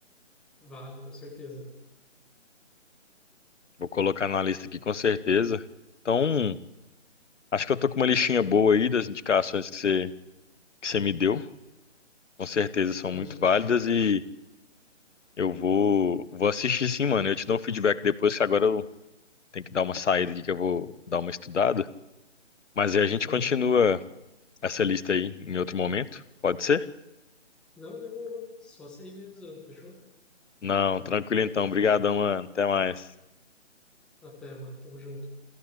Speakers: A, in the centre; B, on the left.
A: vale, com certeza.
B: Vou colocar na lista aqui com certeza. Então, acho que eu tô com uma listinha boa aí das indicações que você que você me deu. Com certeza são
A: Uhum,
B: muito válidas e eu vou vou assistir sim, mano. Eu te dou um feedback depois, que agora eu tenho que dar uma saída aqui que eu vou dar uma estudada. Mas aí a gente
A: uhum.
B: continua essa lista aí em outro momento. Pode ser?
A: Não demorou, só você ir me avisando, fechou?
B: Não, tranquilo então. Obrigadão, mano. Até mais.
A: Até, mano. Tamo junto.